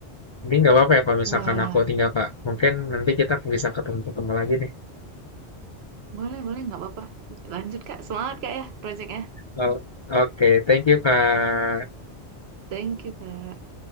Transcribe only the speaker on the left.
Ini nggak apa-apa ya kalau misalkan
aku tinggal Kak. Mungkin nanti kita bisa ketemu-ketemu lagi nih.
Oh, Oke, thank you Kak.